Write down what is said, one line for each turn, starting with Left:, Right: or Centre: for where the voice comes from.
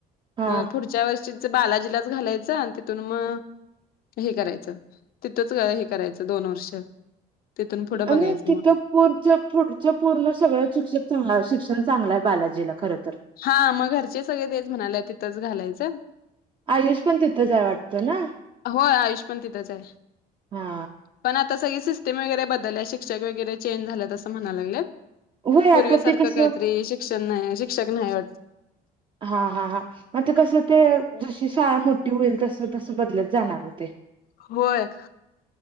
Right: हा
Left: मग पुढच्या वर्षीच बालाजीलाच घालायचं तिथून मग हे करायचं तिथंच हे करायचं दोन वर्ष तिथून पुढं बघायचं
Right: आणि तिथं
Left: मग
Right: पुढच्या पुढच्या पूर्ण सगळं शिक्षक शिक्षण चांगलं आहे बालाजीला खर तर
Left: हा मग घरचे सगळे तेच म्हणाले तिथंच घालायचं
Right: आयुष पण तिथंचय वाटतं ना
Left: हो आयुष पण तिथंच आहे
Right: हा
Left: पण आता सगळी सिस्टम वगैर बदल आहे शिक्षक वगैरे चेंज झालेत असं म्हणाय लागलेत
Right: होय आता
Left: पूर्वी
Right: ते
Left: सारखं
Right: कसं
Left: काहीतरी शिक्षण नाही शिक्षक नाही वाटत
Right: हा हा हा मग ते कसं ते जशी शाळा मोठी होईल तस तस बदलत जाणार होते
Left: वय